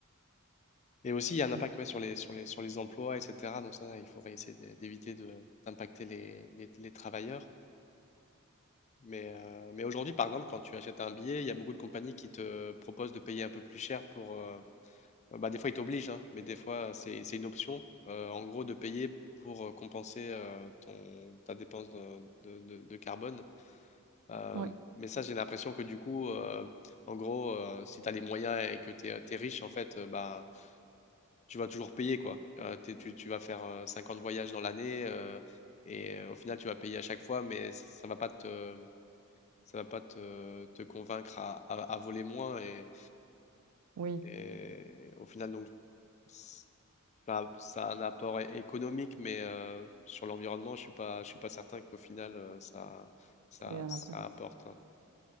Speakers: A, on the left (about 30°); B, on the right (about 85°).
A: et aussi il y a un
B: Non.
A: impact ouais, sur les, sur les, sur les emplois, etc. Donc ça, il faudrait essayer d'é- d'éviter de, d'impacter les, les, les travailleurs. Mais, euh, mais aujourd'hui, par exemple, quand tu achètes un billet, il y a beaucoup de compagnies qui te proposent de payer un peu plus cher pour... euh, Bah, des fois, ils t'obligent, hein, mais des fois, c'est, c'est une option, euh, en gros, de payer pour euh, compenser euh, ton, ta dépense de, de, de- de carbone. Euh,
B: Oui,
A: mais ça, j'ai l'impression que du coup, euh, en gros, euh, si tu as les moyens et que tu es, riche, en fait, euh, bah, tu vas toujours payer, quoi. Euh, t'es- tu, tu vas faire euh, 50 voyages dans l'année euh, et euh, au final, tu vas payer à chaque fois, mais ça va pas te, ça va pas te, te convaincre à, à- à voler moins. Et,
B: oui,
A: et au final, donc, ça, ça a un apport é- économique, mais euh, sur l'environnement, je suis pas, je suis pas certain qu'au final, euh, ça, ça,
B: ça a un
A: ça
B: impact.
A: apporte. hein.